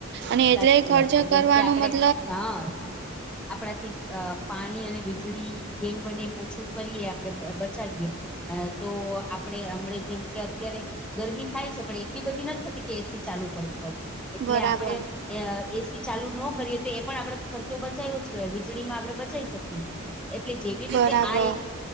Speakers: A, on the right; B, in the centre.
A: અને એટલે
B: સાચી
A: ખર્ચો
B: વાત છે જેમ
A: કરવાનો
B: કે આપડે
A: મતલબ
B: હા આપણાથી પાણી અને વીજળી જેેમ બને એમ ઓછું કરીએ આપડે બચાવીએ હા તો આપડે હમણા જેમ કે અત્યારે ગરમી થાય છે પણ એટલી બધી નથ થતી કે એસી ચાલુ કરવું પડે. એટલે
A: બરાબર
B: આપડે એસી ચાલુ ન કરીએ તો એ પણ આપડે ખર્ચો બચાવ્યો જ કેવાય વીજળી માં આપણેે બચાઈ શકીએ છીએ. એટલે જેવી
A: બરાબર
B: રીતે આ એક